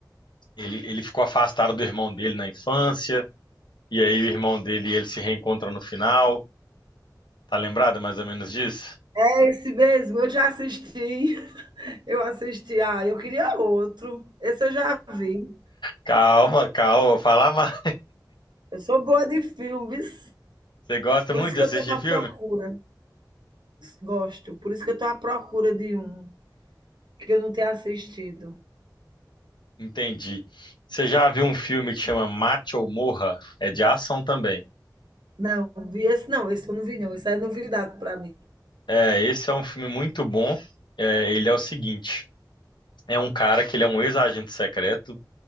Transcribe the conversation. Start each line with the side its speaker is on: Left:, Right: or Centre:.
Left: ele, ele ficou afastado do irmão dele na infância. E aí o irmão dele e ele se reencontram no final. Tá lembrado mais ou menos disso?
Right: É esse mesmo, eu já assisti. Eu assisti. Ah, eu queria outro. Esse eu já vi.
Left: Calma, calma, fala mais.
Right: Eu sou boa de filmes,
Left: Você gosta
Right: por
Left: muito
Right: isso que
Left: de assistir
Right: eu estou à
Left: filme?
Right: procura. Gosto, por isso que eu estou à procura de um que eu não tenha assistido.
Left: Entendi. Você já viu um filme que chama Mate ou Morra? É de ação também.
Right: Não, vi esse não, esse eu não vi não, esse é novidade para mim.
Left: É, esse é um filme muito bom. É, ele é o seguinte. é um cara que ele é um ex-agente secreto,